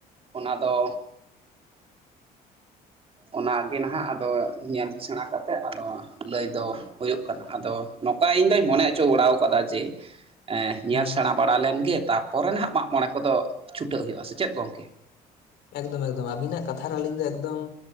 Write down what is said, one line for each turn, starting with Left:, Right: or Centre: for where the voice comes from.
Right: ᱚᱱᱟ ᱫᱚ ᱚᱱᱟᱜᱮ ᱱᱟᱦᱟᱜ ᱟᱫᱚ ᱧᱮᱞ ᱥᱮᱬᱟ ᱠᱟᱛᱮᱜ ᱟᱫᱚ ᱞᱟᱹᱭ ᱫᱚ ᱦᱩᱭᱩᱜ ᱠᱟᱱᱟ ᱟᱫᱚ ᱱᱚᱠᱟ ᱤᱧ ᱫᱩᱧ ᱢᱚᱱᱮ ᱚᱪᱚ ᱵᱟᱲᱟᱣ ᱠᱟᱫᱟ ᱡᱮ
Left: ᱦᱩᱸ
Right: ᱧᱮᱞ ᱥᱮᱬᱟ ᱵᱟᱲᱟ ᱞᱮᱱᱜᱮ ᱛᱟᱨᱯᱚᱨᱮ ᱱᱟᱦᱟᱜ ᱢᱟᱜᱢᱚᱬᱮ ᱠᱚᱫᱚ ᱪᱷᱩᱴᱟᱹᱜ ᱦᱩᱭᱩᱜ-ᱟ ᱥᱮ ᱪᱮᱫ ᱜᱚᱝᱠᱮ?
Left: ᱮᱠᱫᱚᱢ ᱮᱠᱫᱚᱢ ᱟᱹᱵᱤᱱᱟᱜ ᱠᱟᱛᱷᱟᱨ ᱨᱮ ᱟᱹᱞᱤᱧ ᱫᱚ ᱮᱠᱫᱚᱢ